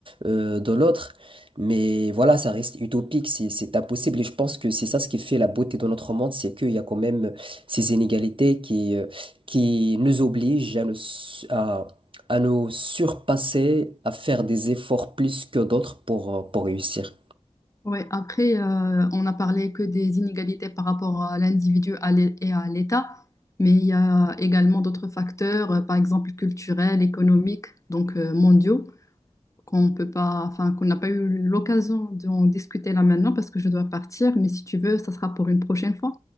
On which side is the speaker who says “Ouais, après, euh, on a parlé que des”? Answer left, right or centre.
Left